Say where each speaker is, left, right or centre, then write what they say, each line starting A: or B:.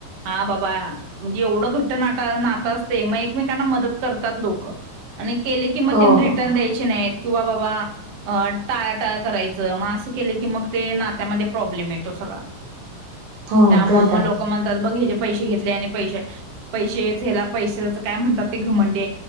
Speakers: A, on the right; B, on the right.
A: हा बाबा म्हणजे एवढं घट्ट नाट नातं असते मग एकमेकांना मदत करतात लोकं आणि केले की मग
B: हो
A: तिने
B: हो
A: रिटर्न
B: हो
A: द्यायचे नाही किंवा बाबा अ टाळा टाळ करायचं मग असं केलं की मग ते नात्यामध्ये प्रॉब्लेम येतो सगळा
B: हो
A: त्यामुळे
B: तर काय
A: मग लोक म्हणतात बघ ह पैसे घेतले आणि पैश पैसेला पैशाच काय म्हणतात ते घमंडी